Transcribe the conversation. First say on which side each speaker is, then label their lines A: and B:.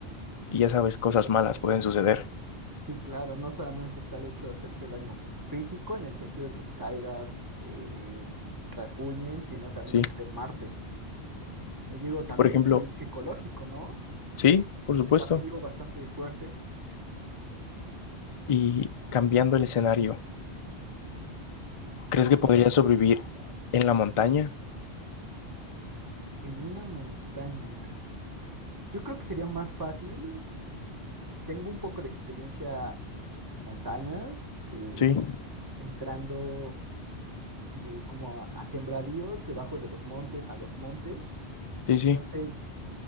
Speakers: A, on the left (about 45°); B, on the right (about 20°).
A: y ya sabes, cosas malas pueden suceder,
B: Sí, claro, no solamente está el hecho de hacerte daño físico en el sentido de que te caigas, te rasguñen, sino también
A: ¿sí?
B: enfermarte. Y digo,
A: Y
B: también
A: por ejemplo,
B: el psicológico, ¿no?
A: sí, por supuesto.
B: Desafío bastante fuerte.
A: Y cambiando el escenario,
B: Claro,
A: ¿crees que podrías
B: dime,
A: sobrevivir en la montaña?
B: en una montaña. Yo creo que sería más fácil. Tengo un poco de experiencia en montañas, eh,
A: Sí,
B: entrando y como a, a sembradíos debajo de los montes, a los montes.
A: sí,
B: Entonces,
A: sí.